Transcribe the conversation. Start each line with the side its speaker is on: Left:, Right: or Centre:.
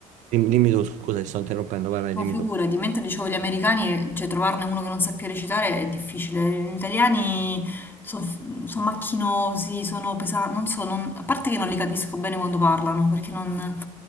Right: Dim- Dimmi, tu, scusa, ti sto interrompendo, vai, vai,
Left: no,
Right: dimmi
Left: figurati,
Right: tu.
Left: mentre dicevo gli americani, cioè trovarne uno che non sappia recitare è difficile. Gli italiani sono macchinosi, sono pesanti, non so, non- a parte che non li capisco bene quando parlano, perché non...